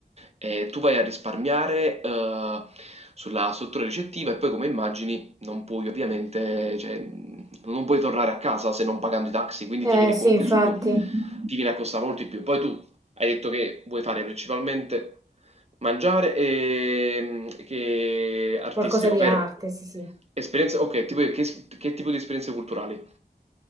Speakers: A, on the right; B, on the right.
A: eh, tu vai a risparmiare eh, sulla struttura ricettiva e poi come immagini non puoi ovviamente, cioè, mh, non puoi tornare a casa se non pagando i taxi, quindi
B: Eh,
A: ti viene
B: sì,
A: comunque
B: infatti,
A: sullo, ti viene a costare molto di più. Poi tu hai detto che vuoi fare principalmente mangiare e mh, che artistico,
B: qualcosa di
A: vero?
B: arte, sì, sì.
A: Esperienze, ok, tipo che, che tipo di esperienze culturali?